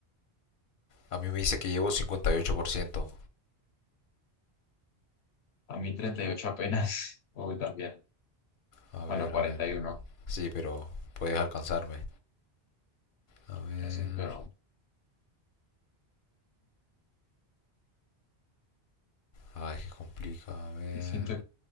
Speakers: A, on the left; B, on the left.
A: A mí me dice que llevo cincuenta y ocho por ciento
B: A mí 38 apenas. <laughs> Uy, también.
A: A
B: Bueno,
A: ver,
B: 41.
A: a ver. Sí, pero puedes alcanzarme. A ver.
B: Eso espero.
A: Ay, que complica. A ver.
B: Que siento